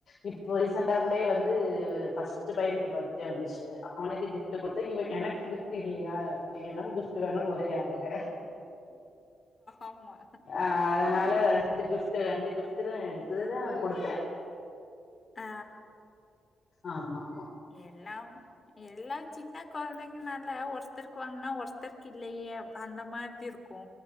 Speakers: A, on the left; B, on the left.
A: இ இப்போ ரீசண்டா கூடயே வந்து
B: ஆமா
A: ஃபர்ஸ்ட் பையனுக்கு பர்த்டே வந்துச்சு அவனுக்கு கிஃப்ட் குடுத்தா இவ எனக்கு கிஃப்ட் இல்லயா அது எனக்கு கிப்ட் வேணுனு ஒரே அழுக
B: ஆமா
A: அ அதனால
B: ஆ,
A: ரெண்டு கிஃப் டு ரெண்டு கிஃப்ட்டுதா எடுத்துதா குடுத்தே
B: அ
A: ஆமா மா
B: எல்லாம் எல்லா சின்னக் கொழந்தைங்கனால ஒருத்தருக் வாங்னா ஒருத்தருக் இல்லையே அப் அந்த மாதிருக்கு